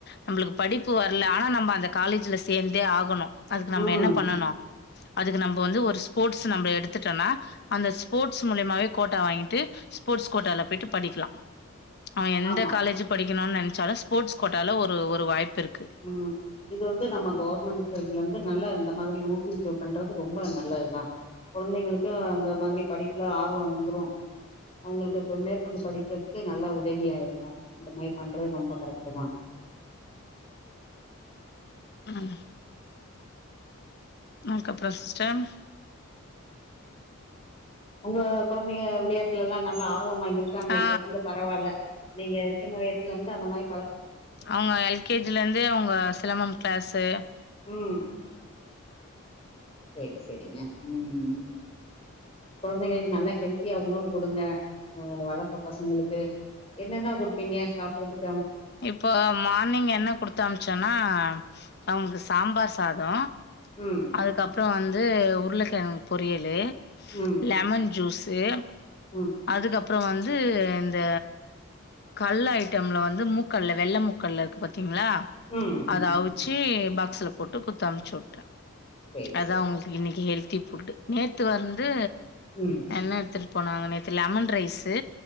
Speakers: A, on the left (about 50°); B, on the left (about 25°).
A: நம்பளுக்கு படிப்பு வரல ஆனா நம்ம அந்த காலேஜ்ல சேந்து தே ஆகணு அதுக்கு நம்ம
B: ம்
A: என்ன பண்ணணு அதுக்கு நம்ப வந்து ஒரு ஸ்போட்ஸ் நம்ம எடுதுடோனா அந்த ஸ்போட்ஸ் முலியமாவே கோட்டா வாங்கிட்டு ஸ்போட்ஸ் கோட்டால போயிட்டு படிக்கலா அவன் எந்த
B: ஆமா
A: காலேஜு படிக்க னு நெனச்சால ஸ்போர்ட்ஸ் கோட்டால ஒரு ஒரு வாய்ப்பு இருக்கு
B: உம் இது வந்து நம்ம கவர்மென்ட் சைட்ல நல்ல இந்த மாதிரி ஊக்குவிப்பு பண்றது ரொம்ப நல்லதுதா குழந்தைங்களுக் க அந்த மாரி படிப்புல ஆர் து வந்துரும் அவ்ங்களுக்கு ப்ப மேற்கொண்டு படிக்கிறதுக்கு நல்ல உதவியா யிருக்கும் யிந்த மாரி பண்றது ரொம்ப கரெக்ட் தா
A: உம் நக்க ப்றம் சிஸ்டர்
B: உங்க குழந்தைங்க விளயாட்டுலல்லா நல்லா ஆ போவாம யிருக்காங்க
A: ஆ
B: யிப்ப யிருந்து பரவாயில்ல. நீங்க சின்ன வயசுலருந்து அந்த மாய்
A: அவ்ங்க எல் கே ஜி லருந்தே அவுங்க சிலம்பம் கிளாஷு
B: உம் சேரி சேரிங்க உம் ம் குழந்தைகளுக்கு நல்லா ஹெல்த்தியா உணவு கொடுங்க ஆ வளர்ற பசங்களுக்கு என்னென்ன குடுப்பீங்க சாப்டறதுக்கு
A: யிப்போ மானிங் யென்ன குடுத்தம்ச்சேனா அவுனுக்கு சாம்பார் சாதோ
B: ம்
A: அதுக்கப்றோ வந்து அது உருளக்கிழங்கு பொரியலு
B: ம்
A: லெமன் ஜூஸ் து
B: ம்
A: அதுக்கப்றோ வந் தூ இந்த கல் ஐட்டம்ல வந்து மு கல்ல வெள்ள மூக்கல்லெ இருக்கு பாத் ங்களா
B: ம்
A: அத
B: ம்
A: அவுச்சூ பாக்ஸ்ல போட்டு குத்து அம்ச்சு விட்ட
B: சேரி
A: அதா
B: சேரி
A: உங்களுக்கு இன்னிக்கு ஹெல் தி ஃபுட்டு நேத்து வந்தூ
B: ம்
A: என்னேர்த்துர் போனாங்க நேத்து லெமன் ரைஸ்ஸு